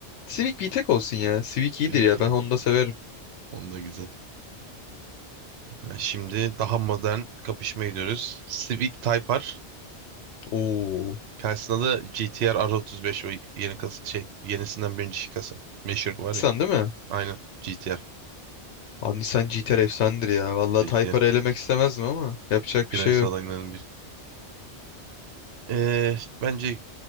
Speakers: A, on the left (about 85°); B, on the right (about 65°).
A: Civic VTEC olsun ya. Civic
B: Civic
A: iyidir ya
B: ya.
A: ben Honda severim.
B: Onda güzel. Ha, Şimdi daha modern kapışma gidiyoruz. Civic Type R.
A: Oo.
B: Karşısında da GTR r R otuz beş O yeni kas şey yenisinden birinci kasa. Meşhur var ya.
A: Nissan değil mi?
B: Aynen. GTR.
A: Abi Nissan GT-R efsanedir ya. Vallahi
B: GTR.
A: Type-R'ı elemek istemezdim ama yapacak
B: Finalist
A: bir şey yok.
B: adaylarının bir. Ee, bence